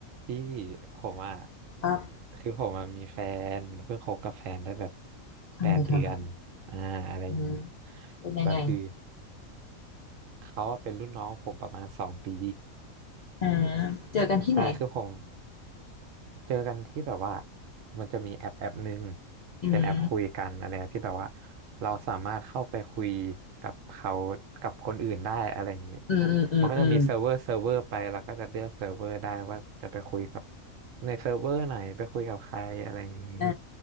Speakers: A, on the right; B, on the left.
A: พี่ผมอ่ะ
B: ปั๊บ
A: คือผมอ่ะมีแฟนเพิ่งคบกับแฟนได้แบบ
B: ทำไมทำไม
A: แปดเดือนอ่าอะไรอย่างนี้
B: อืมเป็นยังไง
A: แล้วคือเขาอะเป็นรุ่นน้องผมประมาณสองปี
B: อ่าเจอกันที่ไหน
A: ใช่คือผม เจอกันที่แบบว่ามันจะมีแอปแอปหนึ่ง
B: อืม
A: เป็นแอปคุยกันอะไรที่แบบว่าเราสามารถเข้าไปคุยกับเขากับคนอื่นได้อะไรอย่างนี้
B: อืมอืมอืมอืม
A: มันก็จะมีเซิร์ฟเวอร์เซิร์ฟเวอร์ไปเราก็จะเลือกเซิร์ฟเวอร์ได้ว่าจะไปคุยกับในเซิร์ฟเวอร์ไหนไปคุยกับใครอะไรอย่างนี้
B: อ่า